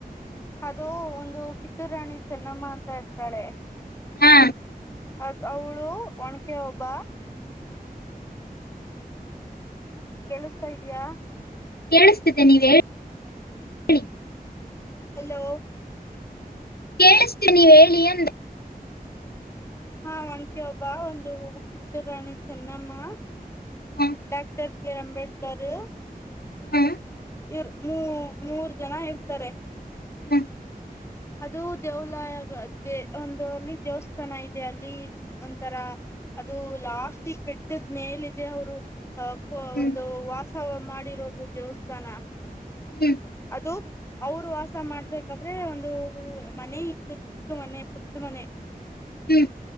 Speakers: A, on the left; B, on the left.
A: ಅದು ಒಂದು ಕಿತ್ತೂರ ರಾಣಿ ಚೆನ್ನಮ್ಮ ಅಂತ ಇರ್ತಾಳೆ.
B: ಹಾ.
A: ಅದ್ ಅವಳು ಒನಕೆ ಒಬ್ಬ. ಕೆಲ್ಸ್ತಾ ಇದಯಾ.
B: ಕೇಳಿಸ್ತಿದೆೆ ನೀವ ಹೇಳಿ.
A: ಹಲೋ.
B: ಕೇಳಿಸ್ತೀ ನೀವ ಹೇಳಿ ಅಂದೆ.
A: ಹಾ ಒನಕೆ ಒಬ್ಬವ ಒಂದು ಕಿತ್ತೂರಾಣಿ ಚೆನ್ನಮ್ಮ.
B: ಹ್ಮ್
A: ಡಾಕ್ಟರ್ ಬಿ ಅಂಬೇಡ್ಕರ್ ರು.
B: ಹ್ಮ್
A: ಇವರ ಮೂ ಮೂರ್ ಜನ ಇರ್ತಾರೆ.
B: ಹ್ಮ್
A: ಅದು ದೇವುಲಯಕ ದೇ ಒಂದು ಅಲ್ಲಿ ದೇವಸ್ಥಾನ ಇದೆ ಅಲ್ಲಿ ಒಂಥರ. ಅದು ಲಾಸ್ಟಗ ಬೆಟ್ಟದ ಮೇಲ್ ಇದೆ ಅವರು. ಅ ಕೋ
B: ಹ್ಮ್
A: ಒಂದು ವಾಸವ ಮಾಡಿರೋದು ದೇವಸ್ಥಾನ.
B: ಹ್ಮ್.
A: ಅದು. ಅವರು ವಾಸ ಮಾಡ್ಬೇಕಾದ್ರೆ ಒಂದು ಮನೆ ಇತ್ತಿತ್ತು ಮನೆ ಪುಟ್ಟ ಮನೆ.
B: ಹ್ಮ್